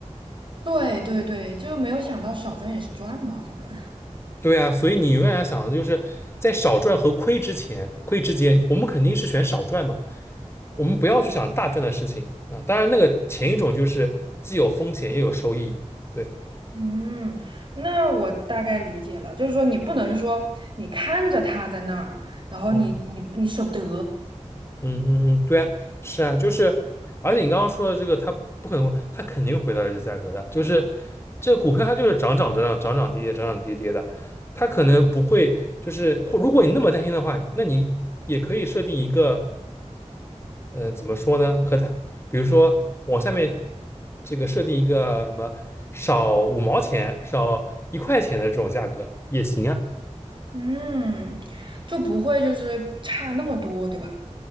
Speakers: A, on the right; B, on the left.
A: 对对对，就没有想到少赚也是赚嘛，反正。
B: 对啊，所以你永远要想的就是在少赚和亏之前，亏之间，我们肯定是选少赚嘛，我们不要去想大赚的事情啊。当然，那个前一种就是既有风险也有收益。对，
A: 嗯，那我大概理解了，就是说你不能说你看着它在那儿，然后你你你舍不得，
B: 嗯嗯嗯嗯，对啊，是啊，就是，而且你刚刚说的这个，它不可能，它肯定回到这个价格的，就是这股票它就是涨涨涨涨涨涨跌跌涨涨跌跌的，它可能不会就是，或如果你那么担心的话，那你也可以设定一个。嗯、呃怎么说呢？和他，比如说往下面这个设定一个什么少五毛钱、少一块钱的这种价格也行啊。
A: 嗯，就不会就是差那么多，对吧？